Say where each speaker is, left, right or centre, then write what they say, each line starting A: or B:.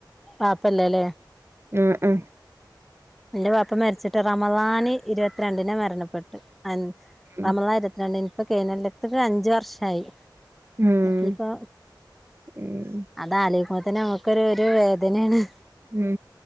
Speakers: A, in the centre; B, on the right (about 30°).
A: വാപ്പ ഇല്ലലേ
B: ഉംഉം
A: ഇന്റെ വാപ്പ മരിച്ചിട്ട് റമളാനി ഇരുവത്രണ്ടിനാ മരണപ്പെട്ട് അൻ
B: ഉം
A: നമളാൻ ഇരുവത്തിരണ്ടിന് ഇപ്പൊ കൈഞ്ഞൊല്ലത്ത്ക്ക് അഞ്ച് വർഷായി
B: ഉം
A: ഏപ്പിലിപ്പോ
B: ഉം
A: അതാലോയിക്കുമ്പത്തെന്നെ അമുക്കാെര് ഒര് വേദനേണ്
B: ഉം